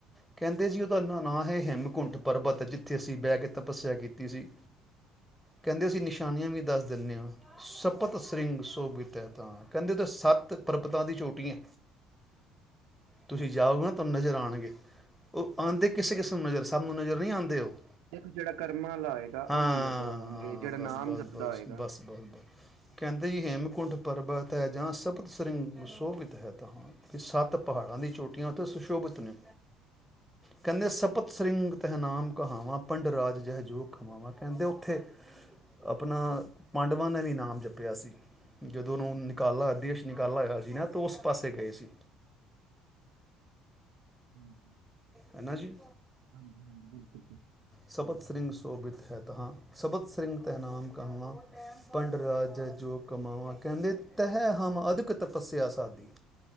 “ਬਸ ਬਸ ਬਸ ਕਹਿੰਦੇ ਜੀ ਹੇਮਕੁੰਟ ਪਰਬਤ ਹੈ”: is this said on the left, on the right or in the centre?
Centre